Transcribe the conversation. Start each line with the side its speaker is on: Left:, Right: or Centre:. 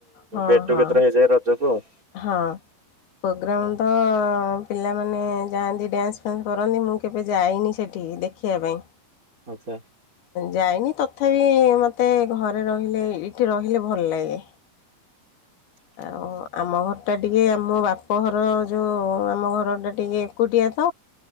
Left: ହଁ
Right: ଗେଟ ଟୁଗେଦର
Left: ହଁ
Right: ହେଇଯାଏ ରଜକୁ ଆଉ।
Left: ହଁ ପ୍ରୋଗ୍ରାମ
Right: ହଁ
Left: ତ ପିଲାମାନେ ଯାଆନ୍ତି ଡ୍ୟାନ୍ସ ଫାନ୍ସ କରନ୍ତି ମୁଁ କେବେ ଯାଇନି ସେଠିକି ଦେଖିବା ପାଇଁ।
Right: ଆଚ୍ଛା
Left: ଯାଇନି ତଥାପି ମତେ ଘରେ ରହିଲେ ଏଇଠି ରହିଲେ ଭଲ ଲାଗେ।
Right: <inaudible>
Left: ଆଉ ଆମ ଘରଟା ଟିକେ ଆମ ବାପଘର ଯେଉଁ ଆମ ଘରଟା ଟିକେ ଏକୁଟିଆ ତ।